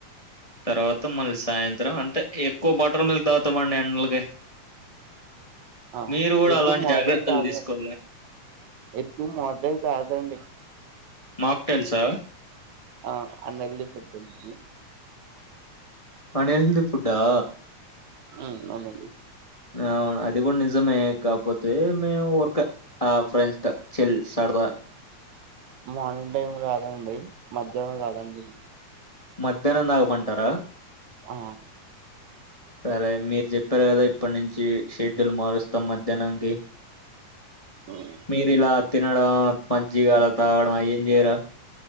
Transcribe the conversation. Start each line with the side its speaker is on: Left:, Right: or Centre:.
Left: తర్వాత మళ్ళీ సాయంత్రం అంతే ఎక్కువ బటర్ మిల్క్ దా గుతాం అండి ఎండలకి
Right: ఆ,
Left: మీరు గుడా
Right: ఎక్కువ
Left: అలాంటి
Right: మోటైతే
Left: జాగ్రత్తలు
Right: కాదు
Left: తీసుకోలే
Right: ఎక్కువ మాఫ్టెల్స్ తాగుతా అండి
Left: మాఫ్టెల్సా
Right: ఆ అన్ ఎల్తి ఫుడ్ <unintelligible>
Left: అన్ హెల్త్ ఫుడ్ ఆ
Right: ఉ అవునండి
Left: అవును అది కూడా నిజమే కాకపోతే మేము ఊరికే ఆ ఫ్రెండ్స్ చిల్ సరదా బా
Right: మార్నింగ్ టైం కాదండి మధ్యానం తాగండి
Left: మధ్యానం తాగమంటారా
Right: ఆ
Left: సరే మీరు చెప్పారు కదా ఇప్పటి నుంచి షెడ్యూల్ మారుస్తాం మధ్యానానికి
Right: హ్మ్.
Left: మీరి ఇలా తినడం మజ్జిగ అలా తాగడం అవి ఏం చెయ్యరా